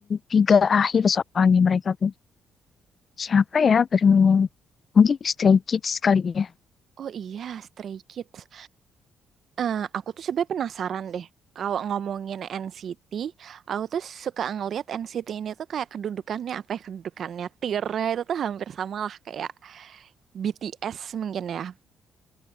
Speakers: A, on the left; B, on the right.
A: tiga akhir soalnya mereka tuh. Siapa ya barengannya? Mungkin Stray Kids kali ya.
B: Oh iya, Stray Kids. Eh, aku tuh sebenarnya penasaran deh. Kalau ngomongin NCT, aku tuh suka ngelihat NCT ini tuh kayak kedudukannya apa ya kedudukannya tiernya itu tuh hampir sama lah kayak BTS mungkin ya.